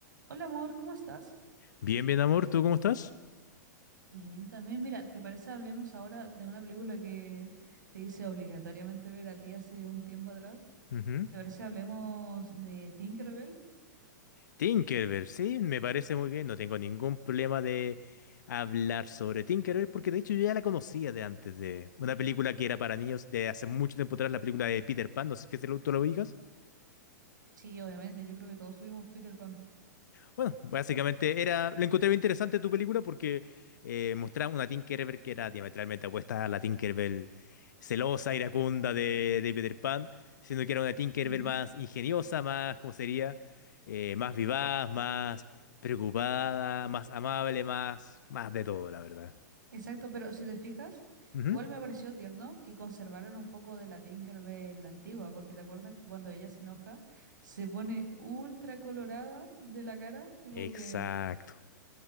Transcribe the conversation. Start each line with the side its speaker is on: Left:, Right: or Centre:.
Right: Hola amor, ¿cómo estás?
Left: Bien, bien, amor, ¿tú cómo estás?
Right: Bien, también, mira, ¿te parece hablemos ahora de una película que te hice obligatoriamente ver a ti hace un tiempo atrás?
Left: Ujú.
Right: ¿Te parece hablemos de Tinkerbell?
Left: Tinkerbell, sí, me parece muy bien. No tengo ningún problema de hablar sobre Tinkerbell porque de hecho yo ya la conocía de antes de una película que era para niños de hace mucho tiempo atrás, la película de Peter Pan, no sé qué es el auto lo ubicas.
Right: Sí, obviamente, yo creo que todos subimos Peter Pan.
Left: Bueno, básicamente era, lo encontré bien interesante tu película porque eh, mostraba una Tinkerbell que era diametralmente opuesta a la Tinkerbell celosa, iracunda de, de Peter Pan, siendo que era una Tinkerbell
Right: Ujú.
Left: más ingeniosa, más, ¿cómo sería? Eh, más vivaz, más preocupada, más amable, más, más de todo, la verdad.
Right: Exacto, pero si te fijas,
Left: Ujú.
Right: igual me pareció tierno que conservaron un poco de la Tinkerbell antigua, porque te acuerdas que cuando ella se enoja se pone ultra colorada de la cara, así como
Left: Exacto,
Right: que...